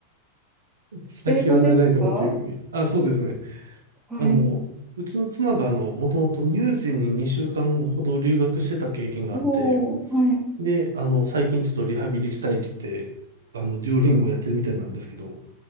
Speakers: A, on the right (about 70°); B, in the centre.
A: 先は長いと思って、
B: 英語ですか
A: あ、そうですね。
B: はい。
A: あの、うちの妻があの、もともと乳児に2週間ほど留学してた経験があって、
B: おお、はい。うん
A: で、あの、最近ちょっとリハビリしたいって言って、あの、デュオリンゴをやってるみたいなんですけど、